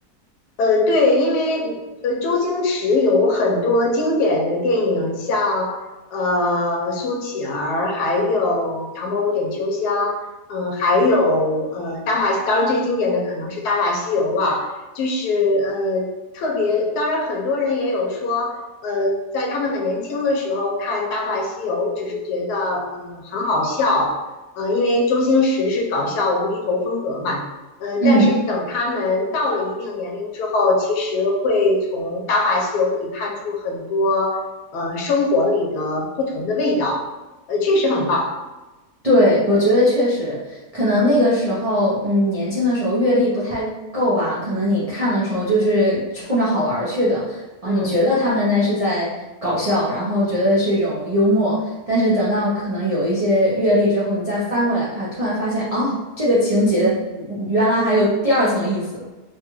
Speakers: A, on the left; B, on the right.
A: 呃，对，因为呃，周星驰有很多经典的电影，像呃《苏乞儿》，还有《唐伯虎点秋香》，嗯、呃还有呃《大话》，当然最经典的可能是《大话西游》了。就是呃，特别，当然很多人也有说，呃，在他们很年轻的时候看《大话西游》，只是觉得呃很好笑，呃，因为周星驰是搞笑无厘头风格嘛。呃，
B: 嗯。
A: 但是等他们到了一定年龄之后，其实会从《大话西游》里看出很多呃生活里的不同的味道，呃，确实很棒。
B: 对，我觉得确实，可能那个时候，嗯，年轻的时候阅历不太够吧，可能你看的时候就是冲着好玩儿去的，
A: 嗯
B: 然后你觉得他们那是在搞笑，
A: 嗯。
B: 然后觉得是一种幽默，但是等到可能有一些阅历之后，你再翻过来看，突然发现，哦，这个情节嗯原来还有第二层意思。